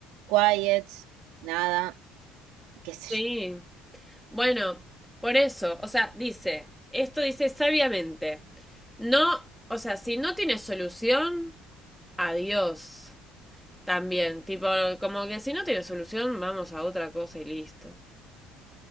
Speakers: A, on the right; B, in the centre.
A: quiet, nada, qué sé
B: Sí.
A: yo.
B: Bueno, por eso, o sea, dice, esto dice sabiamente. No, o sea, si no tiene solución, adiós. También, tipo, como que si no tiene solución, vamos a otra cosa y listo.